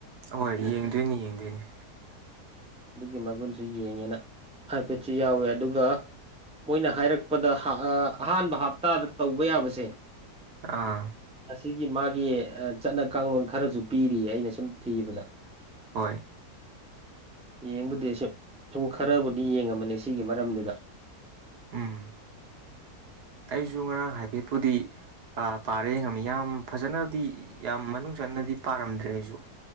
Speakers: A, on the right; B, in the centre.
A: ꯍꯣꯏ ꯌꯦꯡꯗꯣꯏꯅꯤ ꯌꯦꯡꯗꯣꯏꯅꯤ
B: ꯑꯗꯨꯒꯤ ꯃꯒꯨꯟꯁꯨ ꯌꯦꯡꯉꯦꯅ ꯍꯥꯏꯐꯦꯠꯁꯨ ꯌꯥꯎꯋꯦ ꯑꯗꯨꯒ ꯃꯣꯏꯅ ꯍꯥꯏꯔꯛꯄꯗ ꯑꯍꯥꯟꯕ ꯍꯞꯇꯥꯗ ꯇꯧꯕ ꯌꯥꯕꯁꯦ
A: ꯑꯥ
B: ꯑꯁꯤꯒꯤ ꯃꯥꯒꯤ ꯆꯠꯅ ꯀꯥꯡꯂꯣꯟ ꯈꯔꯁꯨ ꯄꯤꯔꯤꯌꯦ ꯑꯩꯅ ꯁꯨꯝ ꯊꯤꯕꯗ
A: ꯍꯣꯏ
B: ꯌꯦꯡꯕꯨꯗꯤ ꯁꯤ ꯁꯨꯝ ꯈꯔꯕꯨꯗꯤ ꯌꯦꯡꯉꯝꯕꯅꯤ ꯁꯤꯒꯤ ꯃꯔꯝꯗꯨꯗ
A: ꯎꯝ ꯑꯩꯁꯨ ꯉꯔꯥꯡ ꯍꯥꯏ ꯚꯦꯠꯄꯨꯗꯤ ꯄꯥꯔꯦ ꯌꯦꯡꯉꯝꯃꯤ ꯌꯥꯝ ꯐꯖꯅꯗꯤ ꯌꯥꯝ ꯃꯅꯨꯡ ꯆꯟꯅꯗꯤ ꯄꯥꯔꯝꯗ꯭ꯔꯦ ꯑꯩꯁꯨ